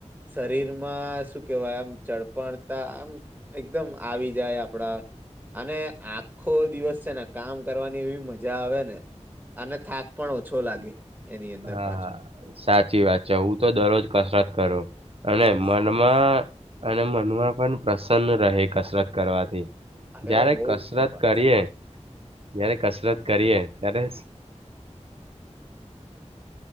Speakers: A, on the right; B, on the right.
A: શરીરમાં શું કેવાય આમ. ચડપણતા આમ એકદમ આવી જાય આપડા. અને આખો દિવસ છે ને કામ કરવાની એવી મજા. જ્યાં આવે ને અને થાક પણ ઓછો લાગે એની અંદર
B: હા
A: પાછો
B: સાચી વાત છે હું તો દરરોજ કસરત કરું અને
A: અરે
B: મનમાં
A: સરસ
B: અને મનમાં પણ પ્રસન્ન રહે કસરત કરવાથી.
A: અરે
B: જ્યારે
A: બહુ
B: કસરત
A: ખુબ વાત
B: કરીએ.
A: સારી કીધી.
B: જયારે કસરત કરીએ ત્યારે.